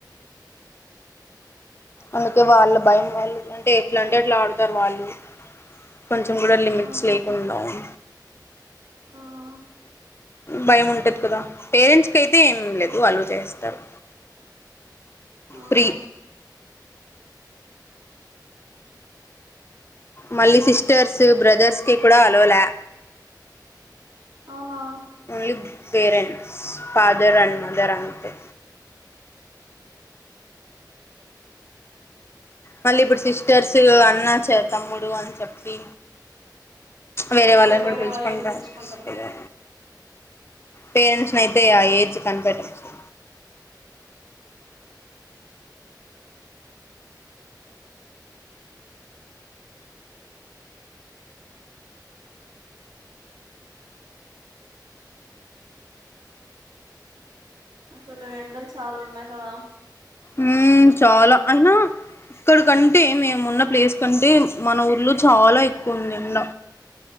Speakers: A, on the left; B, on the right.
A: అందుకే వాళ్ళ భయం వాళ్ళు అంటే ఎట్లా అంటే అట్లా ఆడుతారు. వాళ్ళు కొంచెం కూడా లిమిట్స్
B: మ్
A: లేకుండా ఉం
B: మ్
A: భయం ఉంటది. కదా పేరెంట్స్కి అయితే ఏమం లేదు వాళ్ళు అలో చేస్తారు.
B: మ్
A: ఫ్రీ మళ్ళీ సిస్టర్స్ బ్రదర్స్ కి కూడా అలో లే
B: అవునా
A: only parents father and mother అంతే మళ్ళీ ఇప్పుడు సిస్టర్స్ అన్నా చే తమ్ముడు అని చెప్పి వేరే
B: అవునులే
A: వాళ్ళని కూడా పిలుచుకని
B: వాళ్ళని పిలుచుకుంటారు
A: రావచ్చు. కదా పేరెంట్స్ నయితే ఆ ఏజ్ కనిపెట్టవచ్చు.
B: అసలు ఎండలు చాలా ఉన్నాయి. కదా
A: ఉమ్ చాలా అయినా ఇక్కడకంటే మేము ఉన్న ప్లేస్ కంటే మన ఊర్లో చాలా ఎక్కువ ఉంది. ఎండ